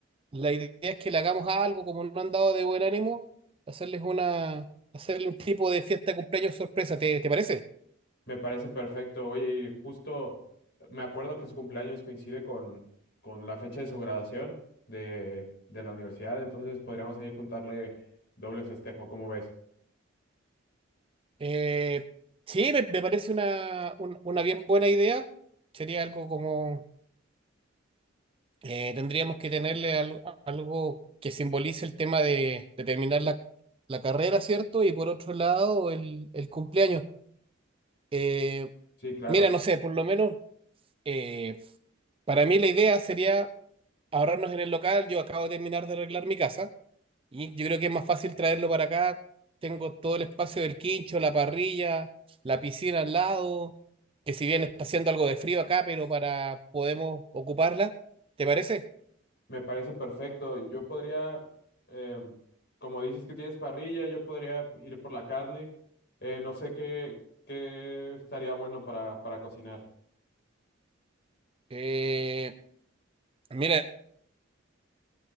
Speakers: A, on the right; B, on the left.
A: la idea es que le hagamos algo, como no han dado de buen ánimo, hacerles una, hacerle un tipo de fiesta de cumpleaños sorpresa. ¿Te, te parece?
B: me parece perfecto. Oye, y justo me acuerdo que su cumpleaños coincide con, con la fecha de su graduación de, de la universidad, entonces podríamos ahí juntarle doble festejo, ¿cómo ves?
A: Eh, sí, me, me parece una, un- una bien buena idea. Sería algo como. eh, tendríamos que tenerle al- algo que simbolice el tema de, de terminar la, la carrera, ¿cierto? Y por otro lado, el, el cumpleaños. Eh,
B: Sí, claro,
A: mira, no sé, por lo menos eh, para mí la idea sería ahorrarnos en el local. Yo acabo de terminar de arreglar mi casa y yo creo que es más fácil traerlo para acá. Tengo todo el espacio del quincho, la parrilla, la piscina al lado, que si bien está haciendo algo de frío acá, pero para podemos ocuparla. ¿Te parece?
B: me parece perfecto. Yo podría, em, como dices que tienes parrilla, yo podría ir por la carne. Eh, no sé qué, qué estaría bueno para, para cocinar.
A: Eh, mira,